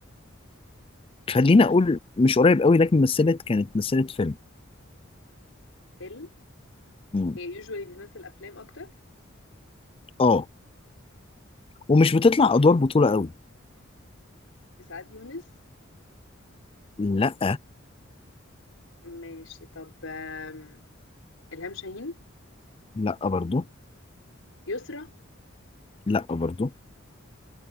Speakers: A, on the left; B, on the left.
A: خليني أقول مش قريب قوي لكن مثلت كانت مثلت فيلم
B: فيلم
A: مم.
B: هي يوجوالي بتمثل أفلام أكتر
A: آه ومش بتطلع أدوار بطولة قوي
B: سعاد يونس
A: لا
B: ماشي طب آم، إلهام شاهين
A: لا برضو
B: يسرا
A: لا برضو